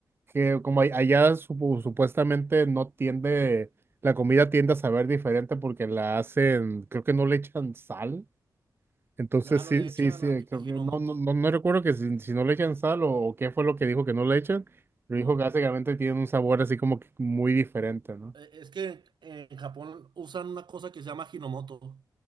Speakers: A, on the right; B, on the right.
A: Que como a- allá supu- supuestamente no tiende, la comida tiende a saber diferente porque la hacen, creo que no le echan sal. Entonces
B: La- Ah, no
A: sí,
B: le echan
A: sí, sí,
B: a,
A: creo
B: a
A: que
B: Hinomoto,
A: no, no, no, no recuerdo que si, si no le echan sal o, o qué fue lo que dijo que no le echan, pero
B: no.
A: dijo que básicamente tienen un sabor así como que muy diferente, ¿no?
B: Eh, Es que en, en Japón usan una cosa que se llama Hinomoto,